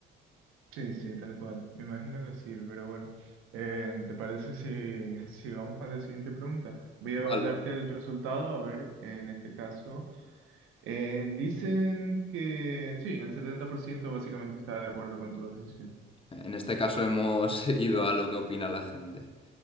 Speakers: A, on the right; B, on the left.
A: Sí, sí, tal cual. Me imagino que sí, pero bueno. Eh, ¿te parece si, <laughs> si vamos a la siguiente pregunta? Voy
B: Vale.
A: a darte el resultado, a ver, en este caso. Eh, dicen que sí, el 70% básicamente está de acuerdo con tu decisión.
B: En este caso hemos <laughs> ido a lo que opina la gente.